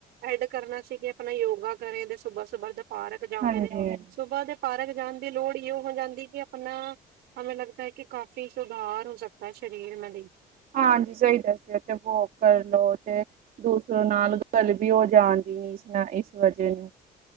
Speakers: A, on the right (about 75°); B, on the right (about 55°).
A: ਐਡ ਕਰਨਾ ਸੀ ਕਿ ਆਪਣਾ ਯੋਗਾ ਕਰੇ ਤੇ ਸੁਬਾਹ ਸੁਬਾਹ ਪਾਰਕ ਜਾਵੇ
B: ਹਾਂਜੀ
A: ਦੇ
B: ਹਾਂਜੀ
A: ਸੁਬਾਹ ਦੇ ਪਾਰਕ ਜਾਣ ਦੀ ਲੋੜ ਹੀ ਹੋ ਜਾਂਦੀ ਕਿ ਆਪਣਾ ਹਮੇ ਲਗਦਾ ਹੈ ਕਿ ਕਾਫ਼ੀ ਸੁਧਾਰ ਹੋ ਸਕਦਾ ਹੈ ਸਰੀਰ ਮੇ ਵੀ
B: ਹਾਂਜੀ ਸਹੀ ਦੱਸਦੇਥ ਵੋ ਕਰ ਲਓ ਤੇ ਦੂਸਰੋ ਨਾਲ ਗੱਲ ਵੀ ਹੋ ਜਾਣ ਦੀ ਨ ਇਸ ਨਾ ਇਸ ਵਜ੍ਹ ਨੂੰ